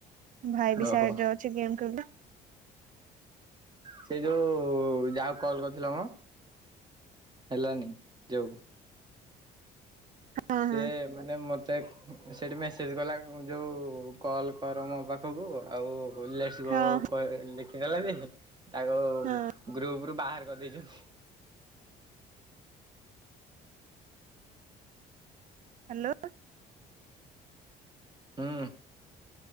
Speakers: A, on the right (about 50°); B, on the right (about 25°).
A: ଭାଇ ବି
B: ଓହୋ
A: ସାଇଡ ଅଛି ଗେମ ଖେଳୁ ଥିଲା।
B: ସେ ଯୋଉ ଯାହାକୁ କଲ କରିଥିଲା ମ? ହେଲାନି ଯୋଉ
A: ହଁ
B: ସେ
A: ହଁ
B: ମାନେ ମୋତ ତେକ୍ ସେଇଠି ମେସେଜ୍ କଲା ଯେଉଁ କଲ୍ କର ମୋ ପାଖକୁ ଆଉ ଉଲେ ଆସିବ
A: ହଁ
B: କ ଲେଖି ଦେଲାଯେ ତାକୁ
A: ହଁ
B: ଗ୍ରୁପ ରୁ ବାହାର୍ କର୍ଦେଇଚୁ।
A: ହ୍ୟାଲୋ।
B: ହୁଁ